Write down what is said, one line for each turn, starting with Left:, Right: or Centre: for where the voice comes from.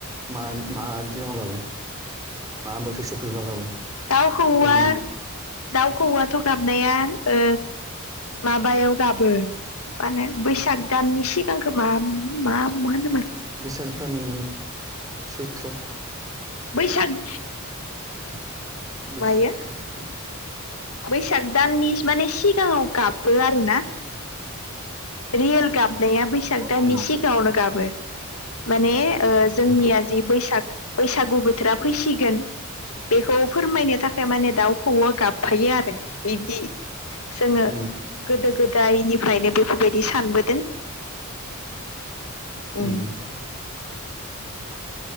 Right: मा- मा दिनाव गाबोन मा बोथोर सफै -ब्ला गाबो?
Left: दाउ खौऔ
Right: जों
Left: -दाउ खौऔआथ' गाबनाया ओ माबायाव गाबो माने बैसाग दाननि सिगांखो मा- मा होनोमोन
Right: बिसाग दानि सैत्र।
Left: बैसाग
Right: बैसोर
Left: मायो बैसाग दाननि माने सिगांआव गाबो आरो ना। रियेल गाबनाया बैसां
Right: उम
Left: दानि सिगाङावनो गाबो माने
Right: बेथ'
Left: जोंनिया
Right: उम
Left: जि बैसाग बैसागु बोथोरा फैसिगोन बेखौ फोरमायनो थाखाय माने दाउखौऔवा गाफायो आरो <unintelligible> जोङो
Right: उम
Left: गोदो गोदायनिफ्रायनो बेफोरबायदि सानबोदों। ओं।
Right: उम